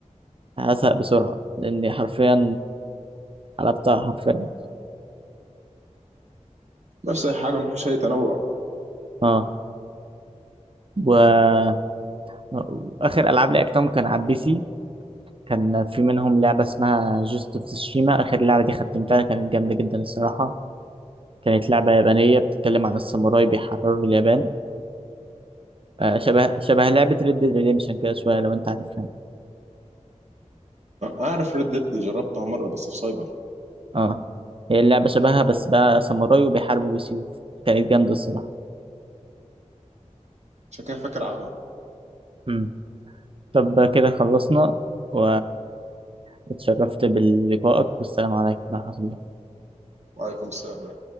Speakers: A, on the right; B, on the right.
A: هزهق بسرعة لأني حرفيا قلبتها حرفيا
B: نفس الحاجه مفيش اي تنوع
A: اه و... وآخر ألعاب لعبتهم كان على البي سي كان في منهم لعبة اسمها جوست اوف تسوشيما آخر لعبة دي ختمتها كانت جامدة جدا الصراحة كانت لعبة يابانية بتتكلم عن الساموراي بيحرروا اليابان آه شبه شبه لعبة ريد ديد ريديمشن كده شوية لو أنت عارفها
B: اعرف ريد ديد جربتها مره بس في سايبر
A: اه هي اللعبة شبهها بس بقى ساموراي وبيحاربوا بسيوف كانت جامدة الصراحة
B: عشان كده فاكر العبها
A: مم. طب كده خلصنا و... واتشرفت بلقائك والسلام عليكم ورحمة الله
B: وعليكم السلام